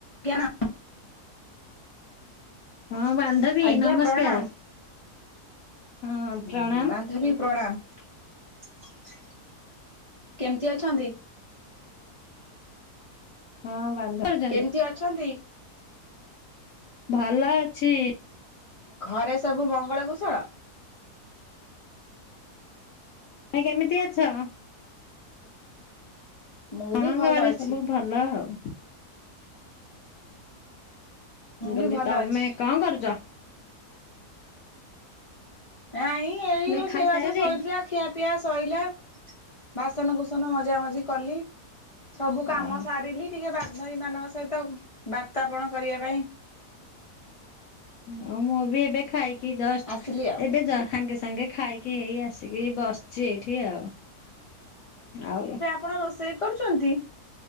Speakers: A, on the left; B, on the left.
A: କିଅଣ।
B: ହଁ ବାନ୍ଧବୀ
A: ଆଜ୍ଞା
B: ନମସ୍କାର।
A: ପ୍ରଣାମ
B: ହଁ
A: ହୁଁ
B: ପ୍ରଣାମ
A: ବାନ୍ଧବୀ ପ୍ରଣାମ କେମିତି ଅଛନ୍ତି।
B: ହଁ ବାନ୍ଧ କରିଛନ୍ତି।
A: କେମିତି ଅଛନ୍ତି।
B: ଭଲ ଅଛି।
A: ଘରେ ସବୁ ମଙ୍ଗଳ କୁଶଳ।
B: ତମେ କେମିତି ଅଛ?
A: ମୁଁ
B: ହଁ
A: ବି ଭଲ
B: ଘରେ
A: ଅଛି
B: ସବୁ ଭଲ ଆଉ। ମୁଁ କହିଲି
A: ବି ଭଲ
B: ତମେ
A: ଅଛି।
B: କଣ କରୁଚ?
A: ନାଇଁ ଏଇ
B: କହିଲି
A: ରୋଷେଇବାଷ
B: ଖାଇସାରି
A: ସରିଲା ଖିଆ ପିଆ ସଇଁଲା। ବାସନକୁସନ ମଜା ମଜି କଲି। ସବୁ କାମ
B: ଓହୋ
A: ସାରିଲି ଟିକେ ବାନ୍ଧବୀ ମାନଙ୍କ ସହିତ ବାର୍ତାପଣ କରିବା ପାଇଁ
B: ହଁ ମୁଁବି ଏବେ ଖାଇକି ଜଷ୍ଟ
A: ଆସିଲି ଆଉ
B: ଏବେ ଜ ସାଙ୍ଗେ ସାଙ୍ଗେ ଖାଇକି କି ଏଇ ଆସିକି ବସିଚି ଏଇଠି ଆଉ ଆଉ
A: ଆପଣ ରୋଷେଇ କରୁଚନ୍ତି?